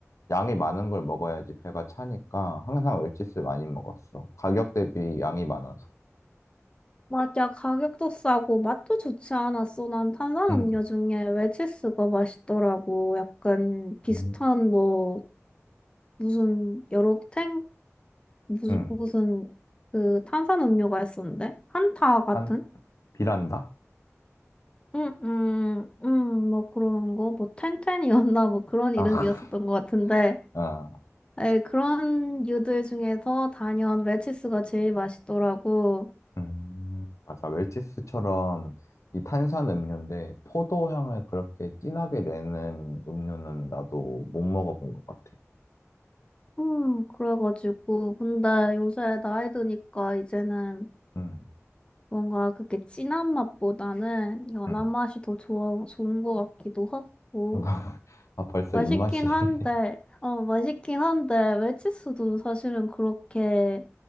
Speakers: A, on the left; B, on the left.
A: 양이 많은 걸 먹어야지 배가 차니까 항상 물티스 많이 먹었어. 가격 대비 양이 많아서.
B: 맞아, 가격도 싸고 맛도 좋지 않았어. 난 탄산음료
A: 응,
B: 중에 웰치스가 맛있더라고. 약간 비슷한
A: 응,
B: 뭐 무슨 여러 탱 무슨
A: 응.
B: 무슨 그 탄산음료가 있었는데 한타 같은?
A: 한 비란다?
B: 응, 응, 응, 뭐 그런 거, 뭐 텐텐이었나 뭐 그런
A: 아,
B: 이름이었었던 것 같은데,
A: <laughs> 어.
B: 에 그런 유들 중에서 단연 웰치스가 제일 맛있더라고.
A: 음, 맞아. 웰치스처럼 이 탄산 음료인데 포도향을 그렇게 진하게 내는 음료는 나도 못 먹어본 것 같아.
B: 음, 그래가지고 근데 요새 나이 드니까 이제는
A: 음,
B: 뭔가 그렇게 진한 맛보다는 연한
A: 음.
B: 맛이 더 좋아, 좋은 것 같기도 하고.
A: <laughs> 아, 벌써
B: 맛있긴
A: 입맛이. <laughs>
B: 한데, 어, 맛있긴 한데, 외치수도 사실은 그렇게